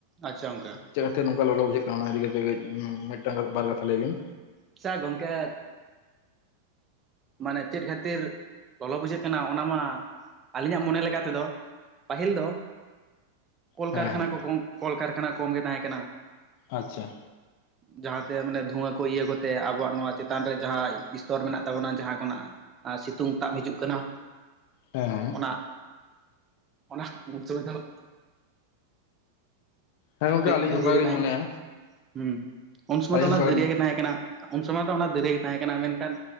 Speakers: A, on the right; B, on the left.
A: ᱟᱪᱪᱷᱟ ᱜᱚᱝᱠᱮ
B: ᱪᱮᱫ ᱠᱷᱟᱛᱤᱨ‌ ᱱᱚᱝᱠᱟ ᱞᱚᱞᱚ ᱵᱩᱡᱷᱟᱹᱜ ᱠᱟᱱᱟ ᱚᱱᱟ ᱤᱫᱤ ᱠᱟᱛᱮ ᱠᱟᱹᱡ ᱢᱤᱫᱴᱟᱝ ᱵᱟᱨ ᱠᱟᱛᱷᱟ ᱞᱟᱹᱭ ᱵᱤᱱ
A: ᱥᱟᱨ ᱜᱚᱢᱠᱮ ᱢᱟᱱᱮ ᱪᱮᱫ ᱠᱷᱟᱹᱛᱤᱨ ᱞᱚᱞᱚ ᱵᱩᱡᱷᱟᱹᱜ ᱠᱟᱱᱟ ᱚᱱᱟ ᱢᱟ ᱟᱹᱞᱤᱧᱟᱜ ᱢᱚᱱᱮ ᱞᱮᱠᱟ ᱛᱮᱫᱚ ᱯᱟᱹᱦᱤᱞ ᱫᱚ ᱠᱚᱞᱠᱟᱨᱠᱷᱟᱱᱟ
B: ᱦᱮᱸ ᱦᱮᱸ
A: ᱠᱚ ᱠᱚᱞᱠᱟᱨᱠᱷᱟᱱᱟ ᱠᱚᱢᱜᱮ ᱛᱟᱦᱮᱸ ᱠᱟᱱᱟ
B: ᱟᱪᱪᱷᱟ
A: ᱡᱟᱦᱟᱸᱛᱮ ᱢᱟᱱᱮ ᱫᱷᱩᱣᱟᱹ ᱠᱚ ᱤᱭᱟᱹᱛᱮ ᱟᱵᱚᱣᱟᱜ ᱱᱚᱣᱟ ᱪᱮᱛᱟᱱ ᱨᱮ ᱡᱟᱦᱟᱸ ᱥᱛᱚᱨ ᱢᱮᱱᱟᱜ ᱛᱟᱵᱚᱱᱟ ᱡᱟᱦᱟᱸ ᱠᱷᱚᱱᱟᱜ ᱥᱤᱛᱩᱝ ᱛᱟᱵ ᱦᱤᱡᱩᱜ ᱠᱟᱱᱟ
B: ᱦᱮᱸ ᱦᱮᱸ
A: ᱚᱱᱟ ᱚᱱᱟ <inaudible>
B: ᱦᱮᱸ ᱜᱚᱝᱠᱮ
A: ᱫᱟᱹᱨᱭᱟᱹ
B: ᱟᱹᱞᱤᱧ ᱦᱚᱸ ᱚᱱᱠᱟ
A: ᱜᱮ
B: ᱜᱮᱞᱤᱧ
A: ᱛᱟᱦᱮᱸ
B: ᱢᱚᱱᱮᱭᱟ
A: ᱠᱟᱱᱟ ᱦᱩᱸ ᱩᱱ ᱥᱚᱢᱚᱭ
B: ᱟᱹᱞᱤᱧ
A: ᱫᱚ ᱚᱱᱟ
B: ᱚᱱᱠᱟ
A: ᱫᱟᱹᱨᱭᱟᱹ
B: ᱜᱮᱞᱤᱧ
A: ᱜᱮ ᱛᱟᱦᱮᱸ ᱠᱟᱱᱟ ᱩᱱ ᱥᱚᱢᱚᱭ ᱫᱚ ᱚᱱᱟ ᱫᱟᱹᱨᱭᱟᱹ ᱜᱮ ᱛᱟᱦᱮᱸ ᱠᱟᱱᱟ ᱢᱮᱱᱠᱷᱟᱱ